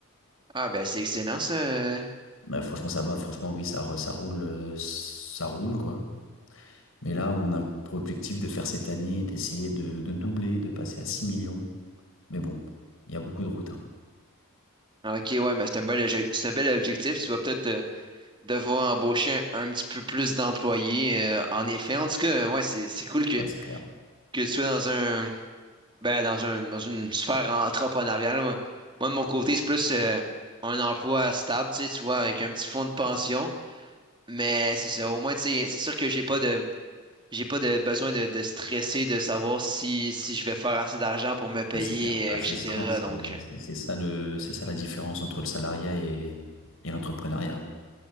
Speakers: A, on the right; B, on the left.
A: Ah ben c'est excellent ça. euh.
B: Bah, franchement, ça va. Franchement, oui, ça, re- ça roule, euh, ça roule, quoi. Mais là, on a pour objectif de faire cette année, d'essayer de, de doubler, de passer à 6 millions. Mais bon, il y a beaucoup de routes, hein.
A: Ok, ouais, mais c'est un bel, obje- c'est un bel objectif. Tu vas peut-être euh, devoir embaucher un, un petit peu plus d'employés. euh, en effet, en tout cas, ouais, c'est c'est cool
B: Ouais, c'est clair.
A: que tu sois dans un ben dans un dans une sphère entrepreneuriale. Moi, moi, de mon côté, c'est plus euh, un emploi stable, tu sais, tu vois, avec un petit fonds de pension. Mais c'est ça, au moins, tu sais, c'est sûr que j'ai pas de j'ai pas de besoin de, de stresser, de savoir si, si je vais faire assez d'argent pour me payer,
B: Ouais, c'est clair. Bah,
A: euh,
B: c'est
A: etc.
B: ça, hein, c'est
A: Donc, euh,
B: c'est- c'est ça le, c'est ça la différence entre le salariat et, et l'entrepreneuriat.